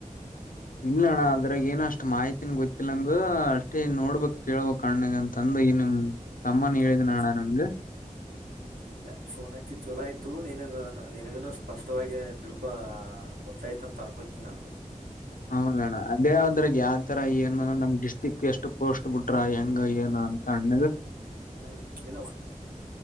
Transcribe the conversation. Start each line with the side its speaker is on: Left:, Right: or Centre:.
Left: ಇಲ್ಲಣ್ಣ ಅದ್ರಾಗ ಏನ ಅಷ್ಟ್ ಮಾಹಿತಿನು ಗೊತ್ತಿಲ್ಲ ಅಂದು ಅಷ್ಟೇ ನೋಡ್ಬಕ್ ಕೇಳ್ಬಕ್ ಅಣ್ಣುಗ್ ಅಂತಂದು ಈ ನಿಮ್. ತಮ್ಮನು ಹೇಳಿದನಣ್ಣ
Right: ಹೌದಾ
Left: ನಂದು.
Right: ಇಲ್ಲ ಫೋನ್ ಹಚ್ಚಿ ಚೊಲೋ ಆಯ್ತು ನೀನುಗ್ ನೀನುಗುನು ಸ್ಪಷ್ಟವಾಗಿ ತಿಳ್ಕೊ ಗೊತ್ತಾಯ್ತ ಅಂತ ಅನ್ಕೊತೀನಿ ನಾನು.
Left: ಹೌದಣ್ಣ ಅದೇ ಆದ್ರಗ್ ಯಾವತರ ಏನು ನಮ್ ಡಿಸ್ಟ್ರಿಕ್ ಎಷ್ಟು ಪೋಸ್ಟ್ ಬಿಟ್ರ ಹೆಂಗ ಏನು ಅಂತ ಅಣ್ಣುಗ.
Right: ಹ್ಮ್ ಇಲ್ಲ ಒಂದ್